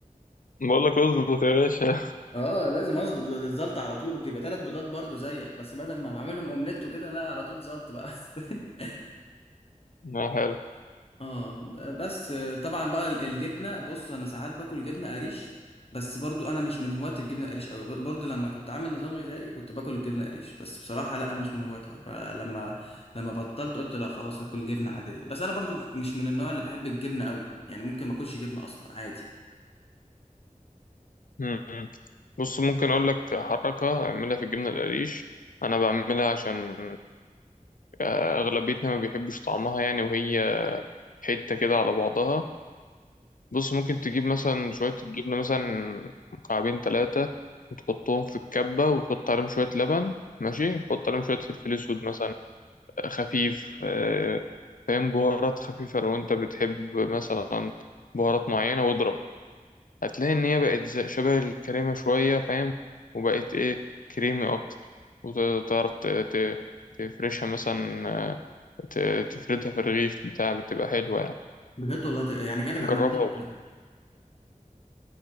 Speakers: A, on the left; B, on the left.
A: بقول لك اظبط يا باشا <laughs>
B: اه لازم اظبط الزلط على طول بتبقى ثلاث بيضات برضو زيك بس بدل ما بعملهم اومليت وكده لا على طول زلط بقى <laughs>
A: ما حلو
B: اه بس آه، طبعا بقى ال- الجبنه بص انا ساعات باكل جبنه قريش بس برضو انا مش من هواة الجبنه قريش قوي ب- برضو لما كنت عامل نظام غذائي كنت باكل الجبنه قريش بس بصراحه لا انا مش من هواتها فلما لما بطلت قلت لا خلاص اكل جبنه عاديه بس انا برضو مش من النوع اللي بحب الجبنه قوي يعني ممكن ما اكلش جبنه اصلا عادي
A: مم. بص ممكن أقول لك حركة أعملها في الجبنة القريش أنا بعملها عشان آه، أغلبيتنا ما بيحبوش طعمها يعني وهي حتة كده على بعضها بص ممكن تجيب مثلا شوية الجبنة مثلا مكعبين تلاتة وتحطهم في الكبة وتحط عليهم شوية لبن ماشي تحط عليهم شوية فلفل أسود مثلا خفيف آه، فاهم بهارات خفيفة لو أنت بتحب مثلا بهارات معينة واضرب هتلاقي إن هي بقت زي- شبه الكريمة شوية فاهم وبقت إيه كريمي أكتر وتعرف ت- ت- تفرشها مثلا آه، ت- تفردها في الرغيف بتاع بتبقى حلوة يعني
B: بجد والله ت- يعني كانك
A: جربها
B: عملتها لبنه